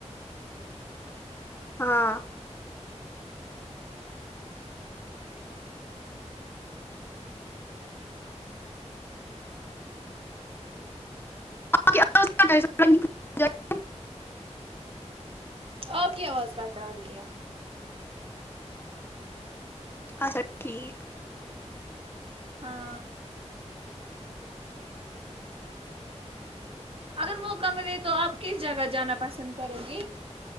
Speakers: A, on the left (about 20°); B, on the right (about 50°).
A: ہاں <unintelligible>
B: آپ کی آواز کٹ آ رہی ہے
A: اچھا ٹھیک
B: ہاں اگر موقع ملے تو آپ کس جگہ جانا پسند کرو گی